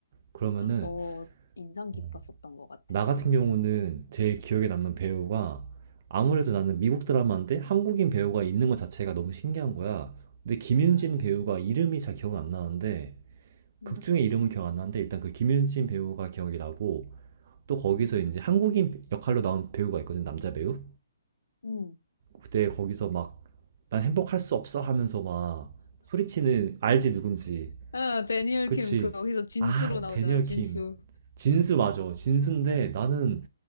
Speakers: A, on the right; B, on the left.
A: 그러면은
B: 어, 인상 깊었었던
A: 어,
B: 것 같아,
A: 나 같은
B: 그 세
A: 경우는
B: 명.
A: 제일 기억에 남는 배우가 아무래도 나는 미국 드라마인데 한국인 배우가 있는 것 자체가 너무 신기한 거야. 근데 김윤진
B: 아,
A: 배우가
B: 맞아.
A: 이름이 잘 기억 안 나는데
B: 음,
A: 극 중에 이름은 기억 안 나는데 일단 그 김윤진 배우가 기억이 나고 또 거기서
B: 음.
A: 이제 한국인 역할로 나온 배우가 있거든 남자 배우.
B: 음,
A: 그때 거기서 막 난 행복할 수 없어 하면서 막 소리치는 알지 누군지.
B: 아, 데니얼
A: 그치?
B: 킴, 그, 거기서 진수로
A: 아
B: 나오잖아,
A: 데니얼
B: 진수.
A: 킴. 진수 맞아. 진수인데 나는